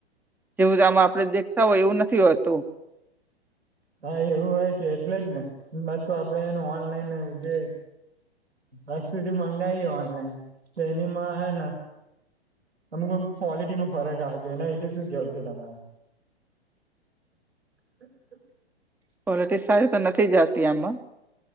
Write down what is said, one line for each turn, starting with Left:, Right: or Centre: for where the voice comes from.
Centre: જેવું આમાં આપડે દેખતા હોય એવું નથી હોતું.
Right: હા એવું હોય છે એટલે જ ને હ છું આપડે એનું ઓનલાઈન જે વસ્ત જે મંગાઈ ઓનલાઈન તો એનીમાં હે અમુકમ આમ ક્વોલિટીમાં ફરક આવતો એના વિશે શું કેવ છે તમાર <inaudible>
Centre: કોલિટી સારી તો નથી જતી આમાં